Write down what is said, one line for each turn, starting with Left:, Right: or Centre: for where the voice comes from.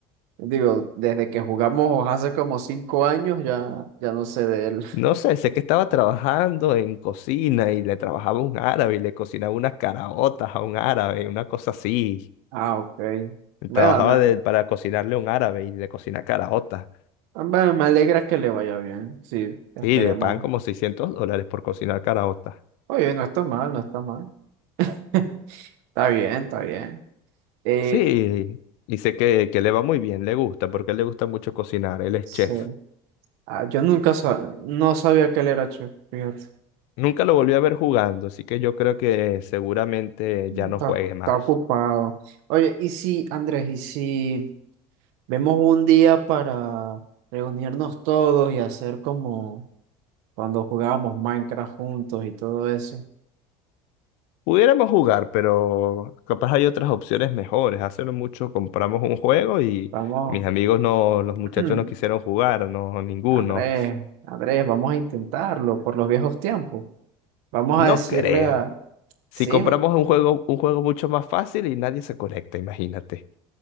Right: Digo, desde que jugamos hace como cinco años ya, ya no sé de él. <laughs>
Left: No sé, sé que estaba trabajando en cocina y le trabajaba a un árabe y le cocinaba unas caraotas a un árabe, una cosa así.
Right: Ah, ok. Bueno,
Left: Trabajaba
Right: me,
Left: de- para cocinarle a un árabe y le cocina caraotas.
Right: me, me alegra que le vaya bien. Sí, esperemos.
Left: Sí, le pagan como 600 dólares por cocinar caraotas.
Right: Oye, no está mal, no está mal. <laughs> Está bien, está bien. Eh,
Left: Sí, y sé que, que le va muy bien, le gusta, porque a él le gusta mucho cocinar, él es
Right: sí.
Left: chef.
Right: Ah, yo nunca sa- no sabía que él era chef, fíjate.
Left: Nunca lo volví a ver jugando, así que yo creo que seguramente ya
Right: Está,
Left: no juegue más.
Right: está ocupado. Oye, y si, Andrés, y si vemos un día para reunirnos todos y hacer como cuando jugábamos Minecraft juntos y todo eso.
Left: Pudiéramos jugar, pero capaz hay otras opciones mejores. Hace no mucho compramos un juego y
Right: Vamos,
Left: mis amigos no, los muchachos
Right: <clears throat>
Left: no quisieron jugar, no, ninguno.
Right: Andrés, Andrés, vamos a intentarlo por los viejos tiempos. Vamos
Left: No
Right: a decirle
Left: creo.
Right: a,
Left: Si
Right: sí,
Left: compramos un juego, un juego mucho más fácil y nadie se conecta, imagínate.